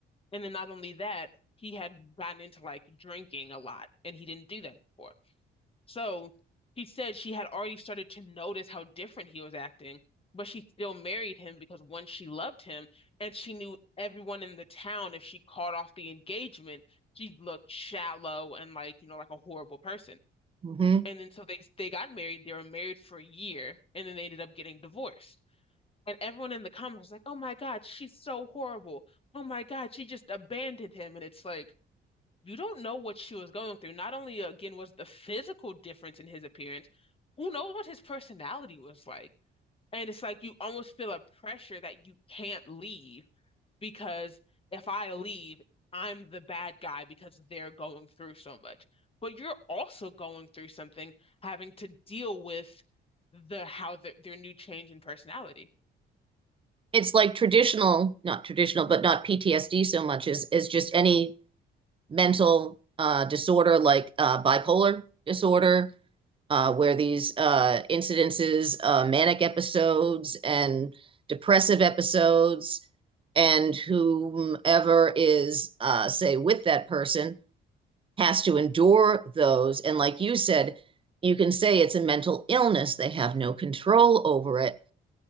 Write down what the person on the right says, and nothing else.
mhm
it's like traditional, not traditional, but not PTSD so much as as just any mental uh, disorder like uh, bipolar disorder, uh, where these uh, incidences, uh, manic episodes, and depressive episodes, and whomever is, uh, say, with that person has to endure those. And like you said, you can say it's a mental illness, they have no control over it.